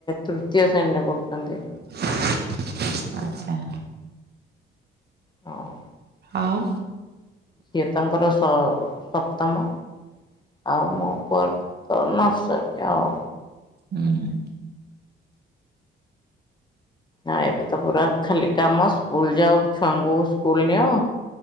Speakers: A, on the left; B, on the right.
A: ତୃତୀୟ ଶ୍ରେଣୀରେ ପଢୁଛନ୍ତି।
B: ଆଚ୍ଛା।
A: ହଁ।
B: ଆଉ
A: ସିଏ ତାଙ୍କର ସ-ସପ୍ତମ। ଆଉ ମୋ ପୁଅ ର ତ ନର୍ସରୀ ଆଉ।
B: ହୁଁ, ହୁଁ।
A: ଆଁ, ଏବେ ତ ପୁରା ଖାଲି କାମ ସ୍କୁଲ୍ ଯାଅ ଛୁଆଙ୍କୁ ସ୍କୁଲ୍ ନିଅ।